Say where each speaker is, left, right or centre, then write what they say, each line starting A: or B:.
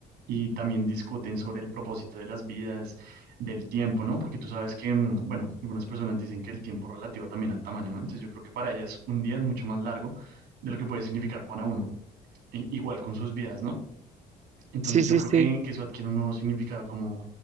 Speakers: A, on the right; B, on the right.
A: y también discuten sobre el propósito de las vidas, del tiempo, ¿no? Porque tú sabes que, mm, bueno, algunas personas dicen que el tiempo es relativo también al tamaño, ¿no? Entonces yo creo que para ellas un día es mucho más largo de lo que puede significar para uno, e- igual con sus vidas, ¿no? Entonces
B: Sí,
A: yo
B: sí,
A: creo
B: sí.
A: que, que eso adquiere un nuevo significado como